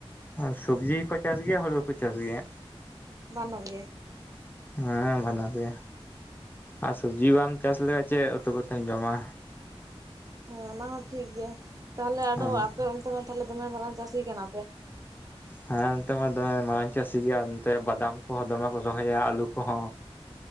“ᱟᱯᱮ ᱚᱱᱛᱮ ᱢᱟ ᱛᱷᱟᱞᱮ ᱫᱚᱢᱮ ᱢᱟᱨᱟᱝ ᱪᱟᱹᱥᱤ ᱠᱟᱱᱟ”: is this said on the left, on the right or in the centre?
Right